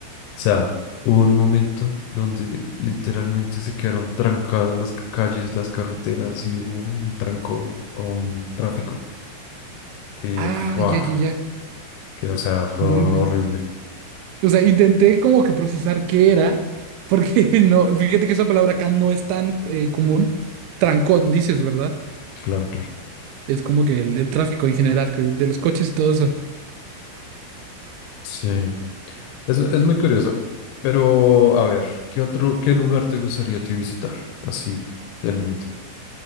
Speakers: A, on the left; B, on the right.
A: sea, hubo un momento donde literalmente se quedaron trancadas las ca- calles, las carreteras y hubo un trancón o un tráfico que
B: Ah,
A: fue,
B: ya, ya, ya.
A: que o sea, fue
B: No
A: horrible.
B: inventes. O sea, intenté como que procesar qué era, porque <laughs> no, fíjate que esa palabra acá no es tan eh, común. Trancón, dices, ¿verdad?
A: Claro, claro.
B: Es como que el, el tráfico en general, que de los coches y todo eso.
A: Sí, es, es muy curioso. Pero, a ver, ¿qué otro, qué lugar te gustaría a ti visitar así del mundo?